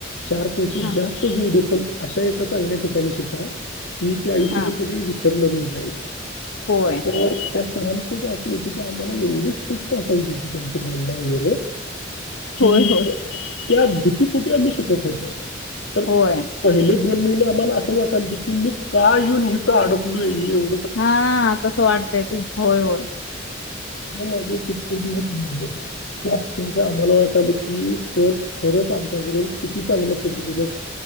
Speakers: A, on the left (about 70°); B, on the left (about 85°).
A: चार पैसे
B: हा
A: जास्त जाऊदे पण अशा एका चांगल्या ठिकाणी शिका मी ते आयुष्यभर
B: हा
A: कधी विस सरणार नाही बाईजे
B: होय
A: <unintelligible> सरांच आसं होत की आम्हाला एवढी स्ट्रिक्ट असायची त्यांच बोलणं वगैरे हुं
B: होय होय
A: त्या भीतीपोटी आम्ही शिकत होतो. तर
B: होय
A: पहिली दोन महिने आम्हाला आसं वाटालत की मी का येऊन इथं आडकलोय एव
B: हा तस वाटतय ते होय होय
A: म माझे पुढचे दिवस गेले की आक्षरशा आम्हाला वाट वाटालागल की सर खरंच आमच्याकून किती चांगल्या पद्धतीन